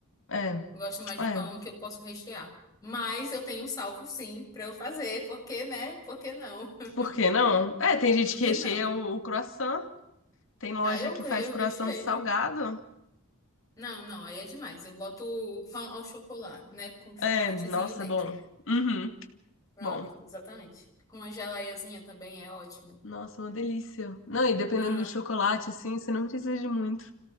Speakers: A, on the left (about 65°); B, on the left (about 15°).
A: É,
B: Eu gosto mais
A: é.
B: de pão que eu posso rechear. Mas eu tenho um salvo sim pra eu fazer, porque, né? Por que não? <laughs>
A: Por que não? É, tem gente
B: Por
A: que
B: que
A: recheia
B: não?
A: o, o croissant. Tem loja
B: Aí eu
A: que
B: creio,
A: faz croissant
B: eu recheio.
A: salgado.
B: Não, não, aí é demais. Eu boto o pão ao chocolate, né? Com chocolatezinho
A: É, nossa,
B: dentro.
A: é bom. Uhum.
B: Pronto,
A: Bom,
B: exatamente. Com uma gelaiazinha também é ótimo.
A: nossa, uma delícia. Não, e dependendo
B: Aham.
A: do chocolate, assim, você não precisa de muito.